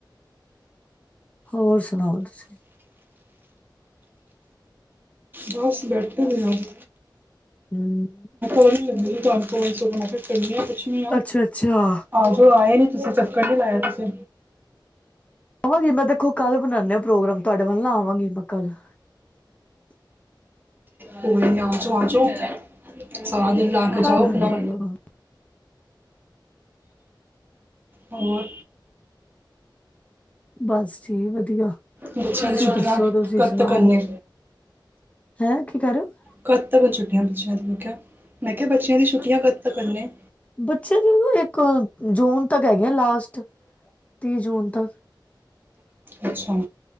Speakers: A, on the left; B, on the right.
A: ਹੋਰ ਸੁਣਾਓ ਤੁਸੀਂ
B: ਬਸ ਬੈਠੇ ਸੀ
A: ਹਮ
B: ਵ ਲੰ ਲਈ ਤੁਾਨੂੰਵਈ ਸਭ ਕਿ ਕਨੀਆਂ <unintelligible> ਪੂਛਨੀ ਹਾ
A: ਅੱਛਾ ਅੱਛਾ
B: ਆ ਜਾਓ ਆਏ ਨਹੀ ਤੁਸੀਂ ਚੱਕਰ ਨਹੀਂ ਲਾਇਆ ਤੁਸੀਂ
A: ਆਵਾਂਗੀ ਮੈਂ ਦੇਖੋ ਕੱਲ੍ਹ ਬਨਾਉਂਦੇ ਹਾ ਪ੍ਰੋਗਰਾਮ ਤੁਹਾਡੇ ਵੱਲ ਨਾ ਆਵਾਂਗੀ ਮੈਂ ਕੱਲ <unintelligible>
B: ਕੋਈ ਨਾ ਆਜੋ ਆਜੋ ਸਾਰਾ ਦਿਨ ਲਾ ਕੇ ਜਾਓ
A: ਕੱਲ ਆਨੇ
B: ਆਪਣਾ
A: ਆ ਤੁਹਾਡੇ ਵੱਲ
B: ਹੋਰ
A: ਬਸ ਠੀਕ ਵਧੀਆ
B: ਬੱਚਿਆਂ
A: ਤੁਸੀਂ
B: ਨੂੰ ਛੁੱਟੀਆਂ
A: ਦੱਸੋ ਤੁਸੀਂ
B: ਕਦ
A: ਸੁਣਾਓ
B: ਤਕ ਹੈ ਨੇ
A: ਹੈਂ ਕੀ ਕਹਿ ਰਹੇ ਹੋ
B: ਕਦ ਤਕ ਨੇ ਛੁੱਟੀਆਂ ਇਨ੍ਹਾਂ ਬੱਚਿਆਂ ਦੀ ਮੈ ਕਿਹਾ ਮੈਂ ਕਿਹਾ ਬੱਚਿਆਂ ਦੀ ਛੁੱਟੀਆਂ ਕਦ ਤਕ ਨੇ
A: ਬੱਚੇ ਦੇ ਇੱਕ ਜੂਨ ਤੱਕ ਹੈਗੇ ਆ ਲਾਸਟ ਤੀਹ ਜੂਨ ਤੱਕ
B: ਅੱਛਾ